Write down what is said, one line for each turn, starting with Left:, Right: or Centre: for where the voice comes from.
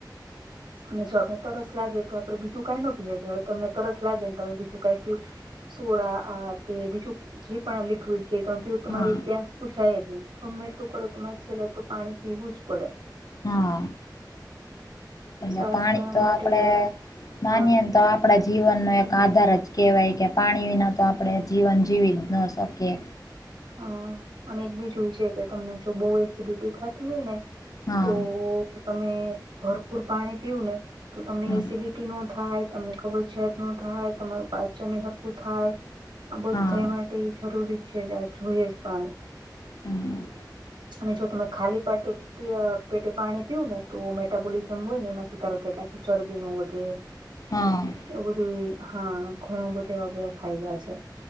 Right: અને જો આપડણે તરસ લાગે તો આપડે બીજું કાઈ ન પીએ ગએ હવે તમને તરસ લાગે ને તમે બીજું કાઈ પીયું. સોડા આ તે બીજું જે પણ લિક્વિડ છેું તમારી
Left: હા
Right: પ્યાસ. પૂછાય નહી ગમે એટલું કરો તમારે છેલ્લે તો પાણી પીવું જ પડે.
Left: હા એટલે
Right: સ્વાસ્થ્ય
Left: પાણી તો
Right: માટે
Left: આપડે
Right: હા
Left: માન્ય તો આ. આપણા જીવનનો એક આધાર જ કહેવાય કે પાણી વિના તો આપણે જીવન જીવી જ ન શકીએ.
Right: હા અને એક બીજુંય છે કે તમને જો બહુ એસિડિટી થતી હોય ને.
Left: હા
Right: તો તમે ભરપૂર પાણી પીયું ને. તો તમને
Left: હા
Right: એસિડિટી નો થાય તમને કબજિયાત ન થાય તમારું કચન ભકું થાય. આ બધધ
Left: હા
Right: એ માટે જરૂરી છે કે આ જોઈએ જ પણ.
Left: હમ
Right: અને જો તમે ખાલી પાર્ટી. પેટે પાણી પીવું ને તો મેટાબોલિઝમ હોય ને એમાં સુધારો થાય એટલે ચરબી ન વધે.
Left: હા
Right: એવ બધું હા ઘણા બધા એવા બધા ફાયદા છે.